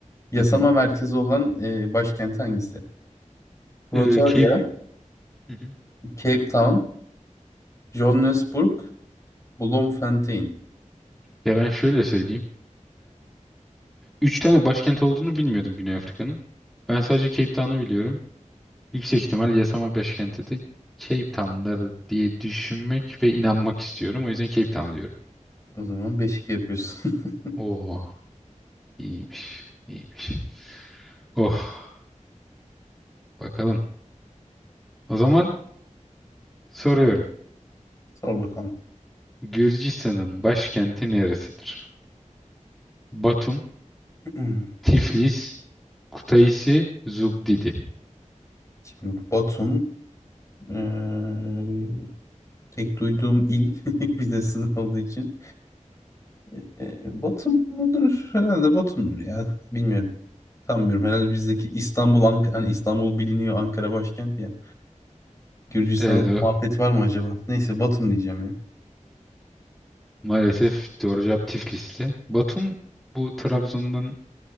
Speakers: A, on the left; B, in the centre.
A: Yasama
B: Hı hı.
A: merkezi olan e, başkenti hangisi? Pretoria,
B: Ee, Cape... Hı hı.
A: Cape Town, Johannesburg, Bloemfontein.
B: Ya ben şöyle söyleyeyim. Üç tane başkent olduğunu bilmiyordum Güney Afrika'nın. Ben sadece Cape Town'u biliyorum. Yüksek ihtimal yasama başkenti de Cape Town'dır diye düşünmek ve inanmak istiyorum. O yüzden Cape Town diyorum.
A: O zaman 5-2 yapıyorsun. <laughs>
B: Oo, iyiymiş, iyiymiş. Oh, bakalım. O zaman soruyorum.
A: Sor bakalım. <clears throat>
B: Gürcistan'ın başkenti neresidir? Batum,
A: Hmm.
B: Tiflis, Kutaisi, Zugdidi.
A: Şimdi Batum eee, tek duyduğum il <laughs> bir de sınır olduğu için. Eee, Batum mudur? Herhalde Batum'dur ya. Bilmiyorum. Sanmıyorum. Herhalde bizdeki İstanbul, Ank hani İstanbul biliniyor Ankara başkenti ya. Gürcistan'da
B: Evet, o
A: muhabbet var mı acaba? Neyse Batum diyeceğim ya.
B: maalesef doğru cevap Tiflis'ti. Batum bu Trabzon'dan